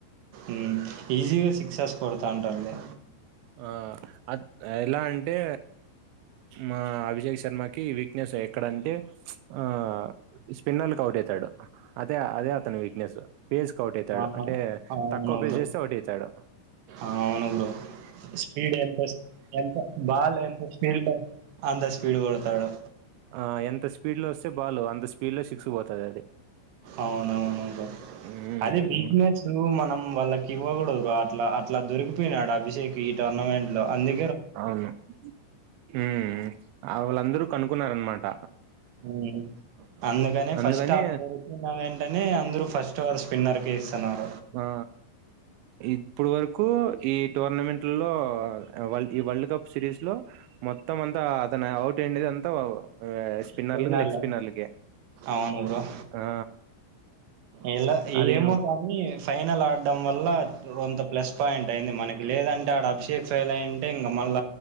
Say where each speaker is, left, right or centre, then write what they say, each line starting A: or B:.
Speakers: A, on the right (about 70°); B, on the right (about 85°).
A: ఉమ్ ఈజీగా సిక్సస్ కొడతంటంది
B: ఆ అత్ ఎలా అంటే మా అభిషేక్ శర్మకి వీక్నెస్ ఎక్కడంటే ఆ స్పిన్నర్లలకు అవుటైతాడు అదే అదే అతని వీక్నెస్ పేజ్కి అవుటైతాడు
A: ఆ!
B: అంటే
A: అవును
B: తక్కువ పేజ్
A: బ్రో.
B: చేస్తే అవుటైతాడు
A: అవును బ్రో. స్పీడ్ ఎంత ఎంత బాల్ ఎంత స్పీడ్ అంత స్పీడ్ కొడతాడు
B: ఆ ఎంత స్పీడ్ లో వస్తే బాలు అంత స్పీడ్ లో సిక్స్ పోత అది
A: అవునవును బ్రో
B: మ్మ్
A: అదే బిక్నెస్ మనం వాళ్ళకి ఇవ్వకూడదు బ్రో అట్లా అట్లా దొరికిపోయినాడు అభిషేక్ ఈ టోర్నమెంట్ లో అంది
B: అవును హ్మ అవ్ ళందరూ కనుక్కున్నారు మంట
A: ఉ అందుకనే
B: అందుకని
A: ఫస్ట్ ఆడపోరు కున్న వెంటనే అందరు ఫస్ట్ ఓవర్ స్పిన్నర్ ఏస్ సనార
B: ఆ ఇప్పుడు వరకు ఈ టోర్నమెంట్ లో ఈ వరల్డ్ కప్ సిరీస్ లో మొత్తం అంతా అతనే ఔట్ రెండిది అంతా వాబ ఆ స్పిన్నర్లు
A: స్పిన్నర్‌లో
B: లెగ్ స్పిన్నర్ల కే
A: అవును బ్రో.
B: ఆ
A: ఎలా
B: అదేం
A: ఏమో కానీ ఈ ఫైనల్ ఆడ్ డం వల్ల క్రొత్త ప్లస్ పాయింట్ అయింది మనకి లేదంటే ఆడ అభిషేక్ ఫైల్ అయింటే ఇంగా మల్ల